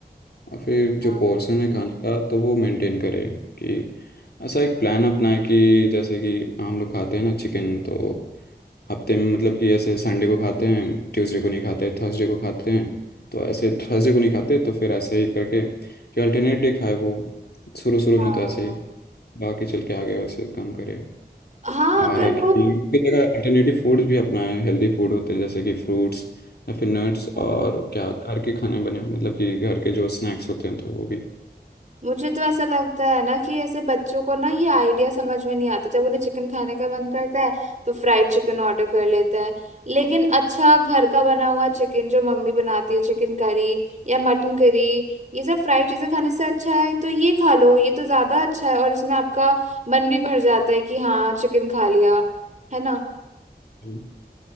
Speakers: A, on the left; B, on the right.
A: और फिर जो
B: हाँ
A: पोर्शन है खाने का तो वो मेंटेन करे कि ऐसा एक प्लान अपनाए कि जैसे कि हम लोग खाते हैं ना चिकन तो हफ्ते में मतलब कि ऐसे संडे को खाते हैं ट्यूसडे को नहीं खाते थर्सडे को खाते हैं तो ऐसे थर्सडे को नहीं खाते तो फिर ऐसे ही करके कि अल्टरनेट डे खाए वो शुरू शुरू
B: हाँ
A: में तो ऐसे ही बाकी चल के आगे वैसे काम करे
B: हाँ
A: और
B: अगर
A: है कि की जगह अल्टरनेटिव फूड्स भी अपनाए हेल्दी फूड होते हैं जैसे कि फ्रूट्स या फिर नट्स
B: वो
A: और क्या घर के खाने बने मतलब कि घर के जो स्नैक्स होते हैं तो वो भी
B: मुझे तो ऐसा लगता है ना कि ऐसे बच्चों को ना ये आइडिया समझ में नहीं आता जब उन्हें चिकन खाने का मन करता है तो फ्राइड चिकन ऑर्डर कर लेते हैं लेकिन अच्छा घर का बना हुआ चिकन जो मम्मी बनाती है चिकन करी या मटन करी ये सब फ्राइड चीजें खाने से अच्छा है तो ये खा लो ये तो ज्यादा अच्छा है और इसमें आपका मन भी भर जाता है कि हाँ चिकन खा लिया है ना
A: तो